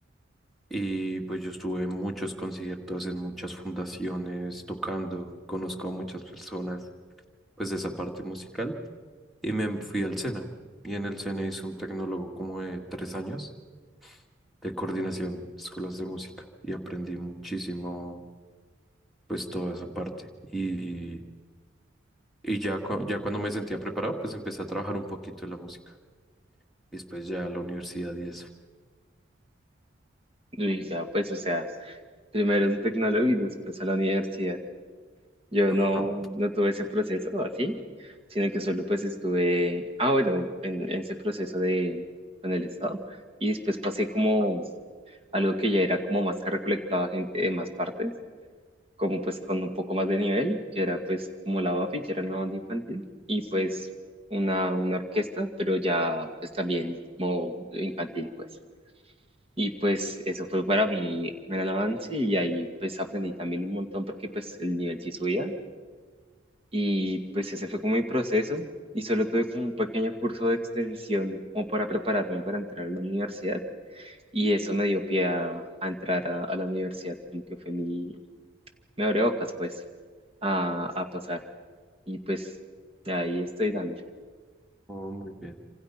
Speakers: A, in the centre; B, on the right.
A: y pues yo estuve en muchos conciertos, en muchas fundaciones, tocando, conozco a muchas personas, pues de esa parte musical. Y me fui al SENA. Y en el SENA hice un tecnólogo como de tres años de coordinación de escuelas de música. Y aprendí muchísimo, pues toda esa parte. Y, y ya, cu- ya cuando me sentía preparado, pues empecé a trabajar un poquito en la música. Y después ya a la universidad y eso.
B: Y ya pues, o sea, primero un tecnólogo y después a la universidad. Yo
A: Ajá.
B: no, no tuve ese proceso así, sino que solo pues estuve, ah, bueno, en, en ese proceso de, con el Estado, y después pasé como algo que ya era como más que recolectaba gente de más partes, como pues con un poco más de nivel, que era pues como la Bafi, que era una banda infantil, y pues una, una orquesta, pero ya pues también como infantil pues. Y pues eso fue para mí un gran avance y ahí pues aprendí también un montón porque pues el nivel sí subía y pues ese fue como mi proceso y solo tuve como un pequeño curso de extensión como para prepararme para entrar a la universidad y eso me dio pie a, a entrar a, a la universidad, como que fue mi, me abrió bocas pues a, a pasar y pues de ahí estoy dándole.
A: Oh, muy bien.